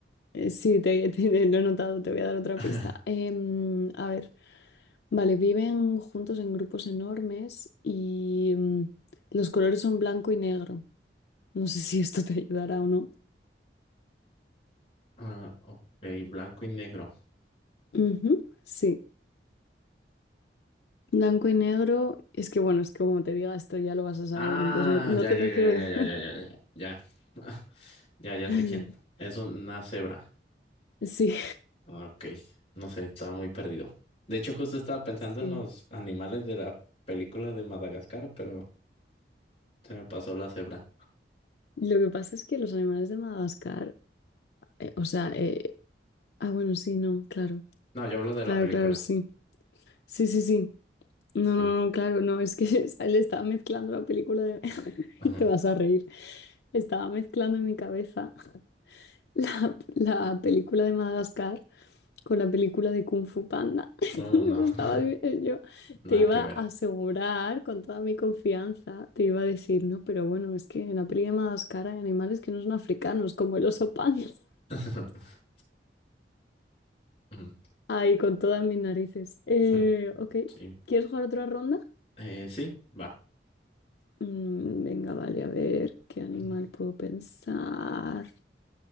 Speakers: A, on the left (about 65°); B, on the left (about 35°).
A: eh, sí, te, te- lo he notado, te voy a dar otra
B: <laughs>
A: pista. Em, a ver, vale, viven juntos en grupos enormes y mm, los colores son blanco y negro. No sé si esto te ayudará o no.
B: Ah, ok, blanco y negro.
A: Ujú, sí. Blanco y negro. Es que bueno, es que como te diga esto ya lo vas a saber,
B: Ah,
A: entonces no, no
B: ya,
A: te
B: ya,
A: lo
B: ya,
A: quiero dejar.
B: ya, ya, ya, ya, ya, ya. <laughs> Ya, ya
A: <laughs>
B: sé quién. Es una cebra.
A: Sí,
B: Ah, Ok, no sé, estaba muy perdido. De hecho, justo estaba pensando
A: sí.
B: en los animales de la película de Madagascar, pero se me pasó la cebra.
A: Lo que pasa es que los animales de Madagascar, eh, o sea, eh, ah, bueno, sí, no, claro,
B: No, yo hablo de
A: claro,
B: la película.
A: claro, sí. Sí, sí, sí. No,
B: Sí.
A: no, no, claro, no, es que <laughs> le estaba mezclando la película de... <laughs>
B: Ajá.
A: Te vas a reír. Estaba mezclando en mi cabeza <laughs> la, la película de Madagascar con la película de Kung Fu Panda. <laughs> Eso
B: Oh, no,
A: estaba
B: <laughs>
A: di- eh, yo.
B: nada
A: Te iba
B: que ver.
A: a asegurar con toda mi confianza, te iba a decir, no, pero bueno, es que en la peli de Madagascar hay animales que no son africanos, como el oso panda. <laughs>
B: <laughs> Mm,
A: Ahí, con todas mis narices. Eh,
B: <laughs>
A: ok,
B: Sí.
A: ¿quieres jugar otra ronda?
B: Eh, sí, va.
A: Mm, venga, vale, a ver qué animal
B: Mm,
A: puedo pensar.